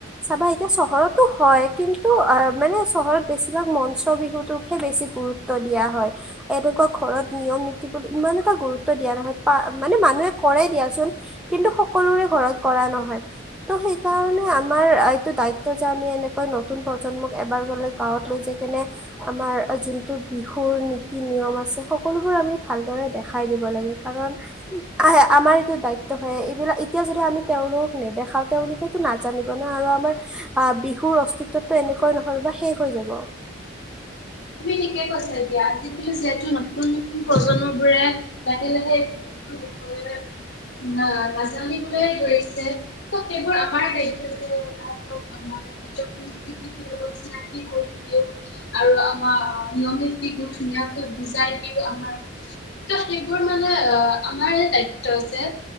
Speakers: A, in the centre; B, on the left.
A: চাবা এতিয়া চহৰতো হয়, কিন্তু অঁ মানে চহৰত বেছিভাগ মঞ্চ বিহুতোকহে বেছি গুৰুত্ব দিয়া হয়। এনেকুৱা ঘৰত নিয়ম নিতি বোৰ ইমান এটা গুৰুত্ব নহয় পা মানে মানুহে কৰে দিয়া চোন কিন্তু সকলোৰে ঘৰত কৰা নহয়। ত' সেই কাৰণে আমাৰ এইটো দায়িত্ব যে আমি এনেকৈ প্ৰজন্মক এবাৰ হ'লে গাঁৱত লৈ যায় কিনে আমাৰ যোনটো বিহুৰ নীতি নিয়ম আছে। সকলোবোৰ আমি ভালদৰে দেখাই দিব লাগে কাৰণ আহে আমাৰ দায়িত্ব হয়্এইবিলাক এতিয়া যদি আমি তেওঁলোকক নেদেখাও তেওঁলোকেতো নাজানিব ন' আৰু আমাৰ অঁ, বিহুৰ অস্তিত্বটো এনেকুৱাই নহয় বা শেষ হৈ যাব।
B: তুমি ঠিকে কৈছা, এতিয়া আজিকালি যিহেতু নতুন নতুন প্ৰজন্ম বোৰে লাহে লাহে বিষয়ে না নাজানিবলৈ ধৰিছে। ত' সেইবোৰ আমাৰ দায়িত্ব যে তাহাঁতক আমাৰ নিজৰ সংস্কৃতিটোৰ লগত চিনাকি কৰি দিও আৰু আ বা নিয়ম নীতি বোৰ ধুনীয়াকৈ বুজাই দিও আমাৰ ত' সেইবোৰ মানে অঁ আমাৰ দায়িত্ব যে